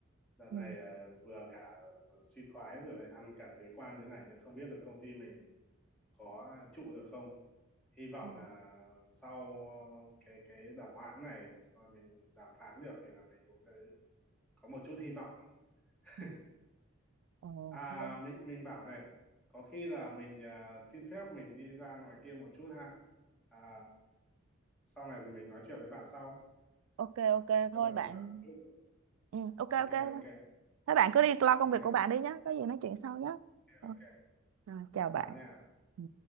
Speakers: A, in the centre; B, on the right.
A: đợt
B: Ừ.
A: này à, vừa cả suy thoái rồi lại ăn cả thuế quan thế này nữa không biết là công ty mình có trụ được không hy vọng
B: Ừ,
A: là sau cái cái đợt hoãn này sau mình đàm phán được thì là mình cũng thấy có một chút hy vọng <laughs>
B: ừ. Ờ,
A: À
B: thôi.
A: mình mình bảo này, có khi là mình à, xin phép mình đi ra ngoài kia một chút ha. À, sau này thì mình nói chuyện với bạn sau.
B: ok ok
A: Bây
B: thôi
A: giờ mình
B: bạn
A: bận chút rồi.
B: ừ, ok
A: Ok
B: ok thôi.
A: ok
B: thế bạn cứ đi lo công
A: ok
B: việc
A: ok
B: của bạn đi nhé có gì nói chuyện sau nhé Ừ,
A: ok.
B: rồi, chào
A: Các
B: bạn
A: bạn nha.
B: Ừ.